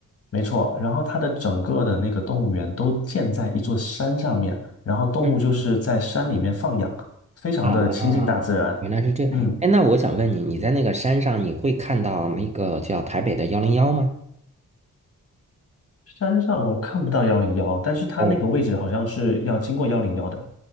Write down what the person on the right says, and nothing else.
嗯，
啊，原来是这样。
哎，那我想问你，你在那个山上，你会看到那个叫台北的幺零幺吗？
哦